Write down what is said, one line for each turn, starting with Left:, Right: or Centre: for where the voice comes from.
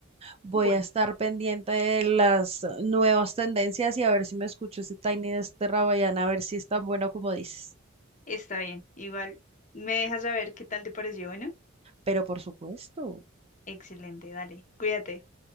Right: Voy
Left: Bueno,
Right: a estar pendiente de las nuevas tendencias y a ver si me escucho ese Tiny de este Rabayana, a ver si es tan bueno como dices.
Left: está bien. Igual me dejas saber qué tal te pareció. Bueno,
Right: Pero por supuesto,
Left: excelente, dale, cuídate.